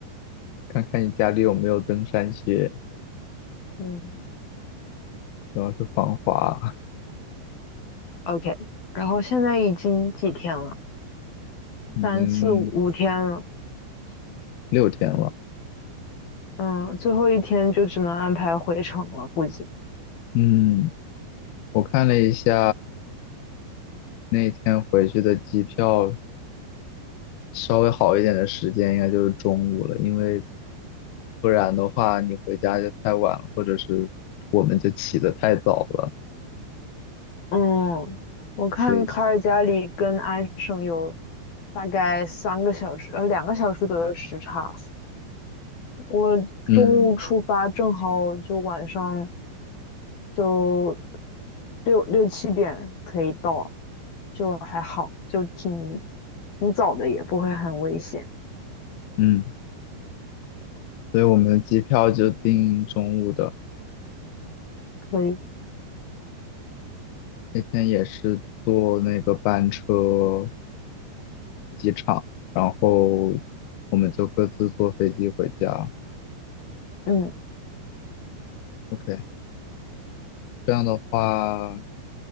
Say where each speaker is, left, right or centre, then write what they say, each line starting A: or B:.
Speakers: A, on the left (about 70°); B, on the left (about 55°).
A: 看看你家里有没有登山靴，
B: 嗯
A: 主要是防滑。
B: ，OK。然后现在已经几天了？
A: 已经
B: 三四五五天了。
A: 六天了，
B: 嗯，最后一天就只能安排回程了，估计。
A: 嗯。我看了一下那天回去的机票稍微好一点的时间应该就是中午了，因为不然的话你回家就太晚了，或者是我们就起得太早了。
B: 嗯，我看卡尔加里跟安省有
A: 对，
B: 大概三个小时，呃，两个小时左右的时差。我中午出发，
A: 嗯
B: 正好就晚上就六六七点可以到，就还好，就挺挺早的，也不会很危险，
A: 嗯，所以我们的机票就订中午的。
B: 可以。
A: 那天也是坐那个班车场，然后我们就各自坐飞机回家。
B: 嗯
A: OK，这样的话，